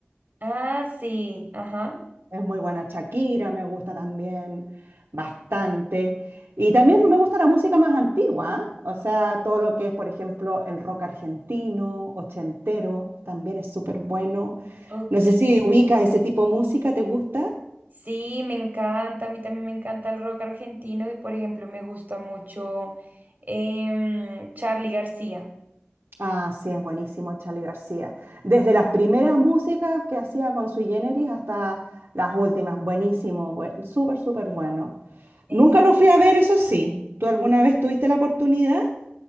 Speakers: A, on the right (about 40°); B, on the right (about 70°).
A: Ah, sí, ajá.
B: Es muy buena. Shakira me gusta también bastante. Y también me gusta la música más antigua, ¿ah? o sea, todo lo que es, por ejemplo, el rock argentino, ochentero, también es súper bueno.
A: Ok.
B: No sé si ubicas ese tipo de música, ¿te gusta?
A: Sí, me encanta, a mí también me encanta el rock argentino y por ejemplo me gusta mucho Charly Charly García.
B: Ah, sí, es buenísimo Charly García. Desde las primeras músicas que hacía con Sui Generis hasta las últimas. Buenísimo, bue- súper, súper bueno.
A: Es-
B: Nunca lo fui a ver, eso sí. ¿Tú alguna vez tuviste la oportunidad? <laughs>